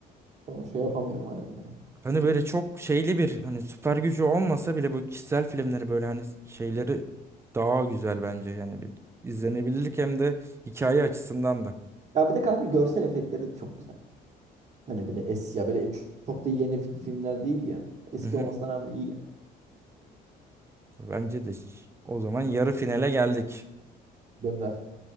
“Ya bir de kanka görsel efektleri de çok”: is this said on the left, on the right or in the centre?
Right